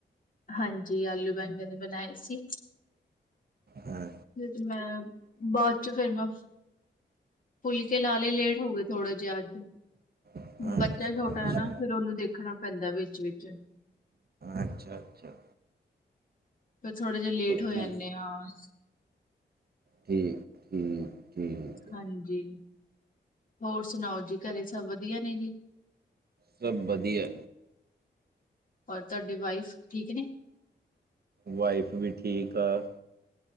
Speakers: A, on the left; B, on the right.
A: ਹਾਂਜੀ, ਆਲੂ-ਬੈਂਗਣ ਨੇ ਬਣਾਏ ਸੀ।
B: ਹਾ।
A: ਫਿਰ ਮੈਂ ਬਾਅਦ ਚ ਫਿਰ ਮੈਂ ਫੁਲਕੇ ਲਾਲੇ ਲੇਟ ਹੋ ਗਏ ਥੋੜੇ ਜੇ ਅੱਜ।
B: ਅੱਛਾ
A: ਬੱਚਾ ਛੋਟਾ
B: ਅੱਛਾ
A: ਹੈਨਾ ਫੇਿਰ ਉਹਨੂੰ ਦੇਖਣਾ ਪੈਂਦਾ ਵਿੱਚ-ਵਿਚ
B: ਅੱਛਾ-ਅੱਛਾ।
A: ਫਿਰ ਥੋੜਾ ਜਿਹਾ ਲੇਟ ਹੋ
B: ਠੀਕ
A: ਜਾਂਦੇ ਹਾਂ।
B: ਤੇ ਠੀਕ। ਠੀਕ
A: ਹਾਂਜੀ, ਹੋਰ ਸੁਣਾਓ ਜੀ ਘਰੇ ਸਭ ਵਧੀਆ ਨੇ ਜੀ?
B: ਸਭ ਵਧੀਆ।
A: ਔਰ ਤੁਹਾਡਡੀ ਵਾਈਫ ਠੀਕ ਨੇ।
B: ਵਾਈਫ ਵੀ ਠੀਕ ਆ।